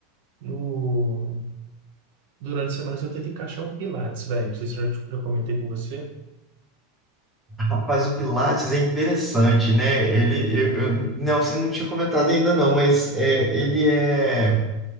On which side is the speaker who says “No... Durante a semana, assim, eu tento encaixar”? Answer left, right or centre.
Right